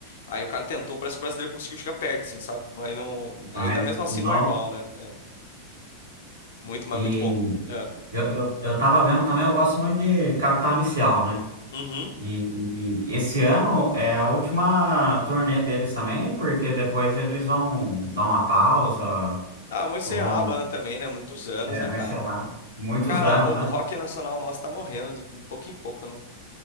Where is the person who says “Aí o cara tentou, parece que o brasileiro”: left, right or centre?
Left